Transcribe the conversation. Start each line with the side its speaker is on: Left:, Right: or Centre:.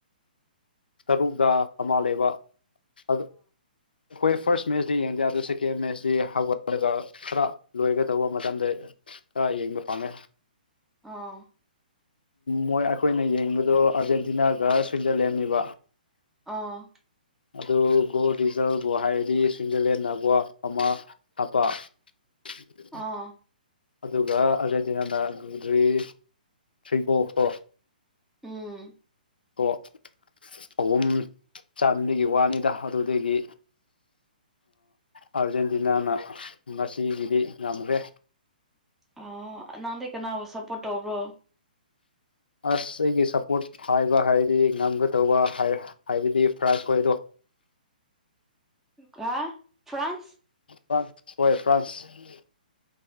Left: ꯇꯔꯨꯛꯛꯇ ꯑꯃꯥ ꯂꯩꯕ ꯑꯗꯨ ꯑꯩꯈꯣꯏ ꯐꯥꯔꯁ ꯃꯦꯠꯆꯗꯤ ꯌꯦꯡꯗꯦ ꯑꯗꯨ ꯁꯦꯀꯦꯟ ꯃꯦꯠꯁꯇꯤ ꯍꯧꯒꯠꯂꯒ ꯈꯔ ꯂꯣꯏꯒ ꯗꯧꯕ ꯃꯇꯝꯗ ꯈꯔ ꯌꯦꯡꯕ ꯐꯪꯉꯦ
Centre: ꯑꯥꯎ
Left: ꯃꯣꯏ ꯑꯩꯈꯣꯏꯅ ꯌꯦꯡꯕꯗꯣ ꯑꯥꯔꯖꯦꯟꯇꯤꯅꯥꯒ ꯁ꯭ꯋꯤꯖꯔꯂꯦꯟꯅꯤꯕ
Centre: ꯑꯥ
Left: ꯑꯗꯨ ꯒꯣꯜ ꯔꯤꯖꯜꯕꯨ ꯍꯥꯏꯔꯗꯤ ꯁ꯭ꯋꯤꯖꯔꯂꯦꯟꯅ ꯒꯣꯜ ꯑꯃ ꯍꯥꯞꯄ <unintelligible>
Centre: ꯑꯥ
Left: ꯑꯗꯨꯒ ꯑꯔꯖꯦꯟꯇꯤꯅꯥꯅ ꯒꯨꯗ꯭ꯔꯤ ꯊ꯭ꯔꯤꯒꯣ ꯀꯣ
Centre: ꯎꯝ
Left: ꯑꯣ ꯑꯍꯨꯝ ꯆꯥꯟꯕꯒꯤ ꯋꯥꯅꯤꯗ ꯑꯗꯨꯗꯒꯤ ꯑꯥꯔꯖꯦꯟꯇꯤꯅꯥꯅ ꯉꯁꯤꯒꯤꯗꯤ ꯉꯝꯈ꯭ꯔꯦ
Centre: ꯑ ꯅꯪꯗꯤꯩ ꯀꯅꯥꯕꯨꯕ ꯁꯞꯄꯣꯔꯠ ꯇꯧꯕ꯭ꯔꯣ
Left: ꯑꯁ ꯑꯩꯒꯤ ꯁꯞꯄꯣꯔꯠ ꯍꯥꯏꯕ ꯍꯥꯏꯔꯗꯤ ꯉꯝꯒꯗꯧꯕ ꯍꯥꯏ ꯍꯥꯏꯕꯗꯤ ꯐ꯭ꯔꯥꯁ ꯑꯣꯏꯔꯣ
Centre: ꯀ ꯐ꯭ꯔꯥꯟꯁ
Left: ꯐ꯭ꯔꯥꯟ ꯍꯣꯏ ꯐ꯭ꯔꯥꯟꯁ